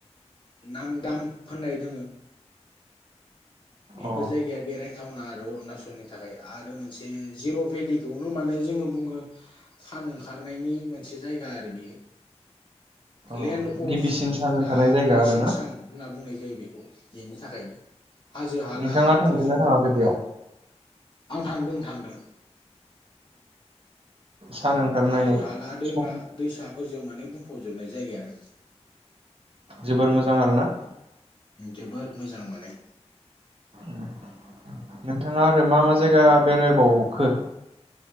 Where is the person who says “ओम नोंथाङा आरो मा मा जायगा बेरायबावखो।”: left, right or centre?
Right